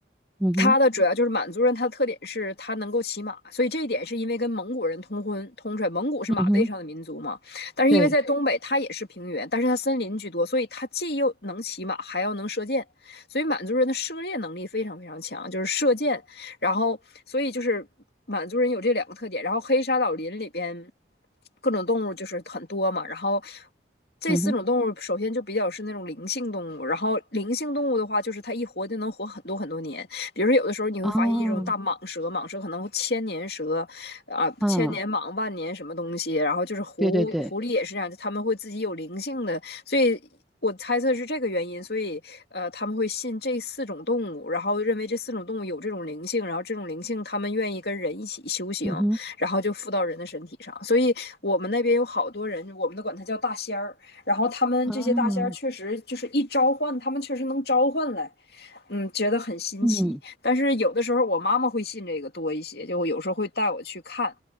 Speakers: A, in the centre; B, on the left.
A: 嗯哼，
B: 他的主要就是满族人，他的特点是他能够骑马，所以这一点是因为跟蒙古人通婚通出来，蒙古是马背上的民族嘛。
A: 嗯哼，
B: 但是因为在东北，
A: 对，
B: 它也是平原，但是它森林居多，所以它既又能骑马，还要能射箭，所以满族人的射猎能力非常非常强，就是射箭。然后，所以就是满族人有这两个特点。然后黑沙老林里边各种动物就是很多嘛，然后。这四种动物首先就比较是那种灵性动物，
A: 嗯哼，
B: 然后灵性动物的话，就是它一活就能活很多很多年，比如说有的时候你会发现一种大蟒蛇，
A: 哦，
B: 蟒蛇可能千年蛇啊，
A: 啊，
B: 千年蟒、万年什么东西，然后就是狐狐狸也是这样，
A: 对对对，
B: 他们会自己有灵性的，所以。我猜测是这个原因，所以呃，他们会信这四种动物，然后认为这四种动物有这种灵性，然后这种灵性他们愿意跟人一起修行，
A: 嗯哼，
B: 然后就附到人的身体上。所以我们那边有好多人，我们都管它叫大仙儿，然后他们这些大仙儿确实就是一召唤，
A: 啊，
B: 他们确实能召唤来，嗯，觉得很新奇。
A: 嗯，
B: 但是有的时候我妈妈会信这个多一些，就有时候会带我去看，